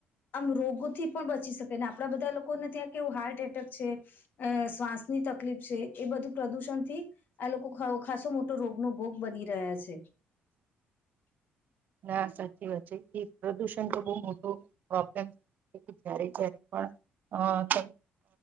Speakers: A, on the left; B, on the right.
A: આમ રોગથી પણ બચી શકેને આપણા બધા લોકોને ત્યાં કેવું હાર્ટ એટેક છે માસ ની તકલીફ છે એ બધું પ્રદુષણ થી આ લોકો ખાસો મોટો રોગનોો ભોગ બની રહ્યા છે <inaudible>
B: ના સાચી વાત એ પ્રદુષણ તો બહુ મોટો પ્રોબ્લેમ જ્યારે જ્યારે પણ અ તમે